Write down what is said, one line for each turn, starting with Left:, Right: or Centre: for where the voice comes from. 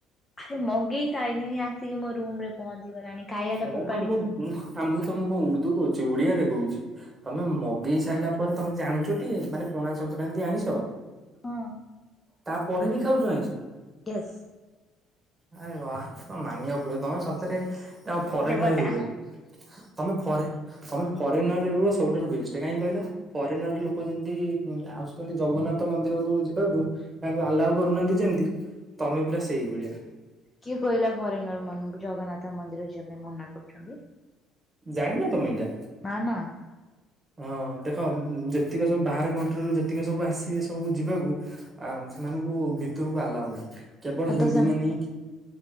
Left: ଆରେ ମଗେଇ ସାଇଲିଣିି ଆସିକି ମୋ ରୁମରେ ପହଞ୍ଚିଗଲାଣି। ଖାଇବା ଟା
Right: ହଁ
Left: ଫୋପାଡିବି।
Right: ବା ମୁଁ ମୁଁ ତମକୁ କଣ ଉର୍ଦୁ କହୁଛି ଓଡିଆରେ କହୁଛି। ତମେ ମଗେଇ ସାରିଲା ପରେ ତମେ ଜାଣୁଛଟି ମାନେ ପଣା ସଂକ୍ରାନ୍ତି ଆଇଁଷ?
Left: ହଁ
Right: ତା ପରେ ବି ଖାଉଛ ଆଇଁଷ?
Left: ୟେଶ।
Right: ଆରେ ବା ମାନିବାକୁ ପଡିବ ତମେ ସତରେ ଆଉ ଫରେନ
Left: ଦେବତା
Right: ଯ ତମେ ଫରେ ତମେ ଫରେନରେ ରୁହ ସବୁଠାରୁ ବେଷ୍ଟ କାହିଁକି କହିଲ? ଫରେନର ଲୋକ ଯେମିତି ଆସୁଛନ୍ତି ଜଗନ୍ନାଥ ମନ୍ଦିରକୁ ଯିବାକୁ ତାଙ୍କୁ ଆଲାଉ କରୁନାହାନ୍ତି ଯେମିତି ତମେ ପୁରା ସେଇଭଳିଆ।
Left: କିଏ କହିଲା ଫରେନର ମାନଙ୍କୁ ଜଗନ୍ନାଥ ମନ୍ଦିର ଯିବା ପାଇଁ ମନା କରୁଛନ୍ତି।
Right: ଜାଣିନ ତମେ ଏଇଟା?
Left: ନା ନା।
Right: ହଁ ଦେଖ ଯେତିକ ସବୁ ବାହାର କଣ୍ଟ୍ରିରୁ ଯେତିକ ସବୁ ଆସିବେ ସବୁ ଯିବାକୁ ଆ ସେମାନଙ୍କୁ ଭିତରକୁ ଆଲାଉ ନାହିଁ କେବଳ ହିନ୍ଦୁ
Left: ତ ସେ
Right: ମାନେ ହିଁ